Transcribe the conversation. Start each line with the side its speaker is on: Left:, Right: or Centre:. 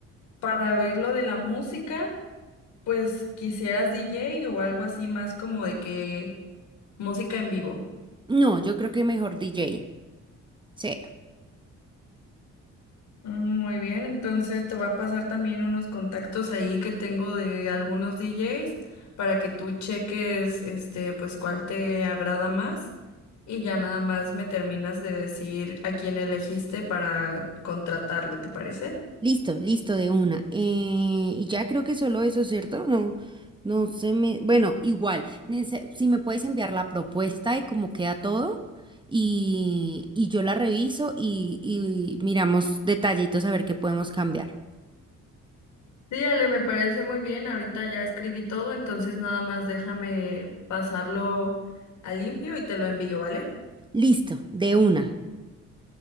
Left: para ver lo de la música, pues quisieras DJ o algo así más como de que música en vivo.
Right: No, yo creo que mejor DJ. Sí.
Left: Muy bien, entonces te voy a pasar también unos contactos ahí que tengo de algunos DJs para que tú cheques este pues cuál te agrada más y ya nada más me terminas de decir a quién elegiste para contratarlo, ¿te parece?
Right: Listo, listo de una. Eh, y ya creo que solo eso, ¿cierto? No, no se me. Bueno, igual, nece- si me puedes enviar la propuesta de cómo queda todo y, y yo la reviso y, y miramos detallitos a ver qué podemos cambiar.
Left: Sí, Ale, me parece muy bien. Ahorita ya escribí todo, entonces nada más déjame pasarlo a limpio y te lo envío, ¿vale?
Right: Listo, de una.